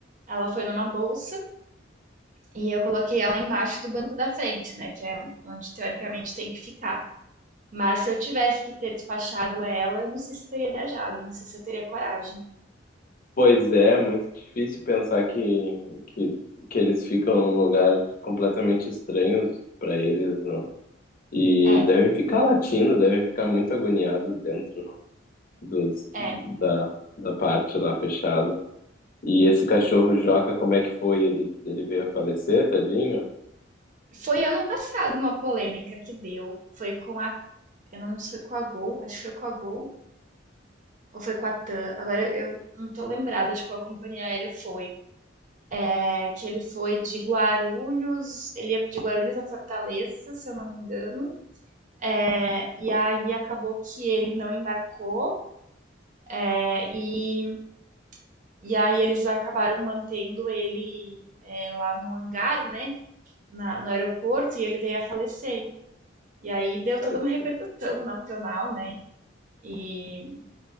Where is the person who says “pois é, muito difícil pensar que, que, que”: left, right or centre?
Left